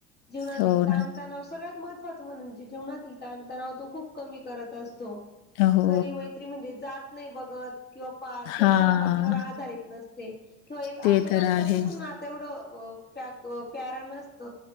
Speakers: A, on the left; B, on the left.
A: जीवनातील
B: हो
A: ताण
B: ना.
A: तणाव सगळ्यात. महत्वाचं म्हणजे जेवाततील ताण तणाव तो खूप. कमी करत असतो
B: हो,
A: खरी मैत्री म्हणजे जात नाही बघत किंवा. वाद
B: हां,
A: किंवा संपत्तीवर आधारित नसते किंवा
B: ते
A: आपलं
B: तर
A: रक्ताच
B: आहे.
A: पण नातं नसतं. तेवढं प्यारा नसत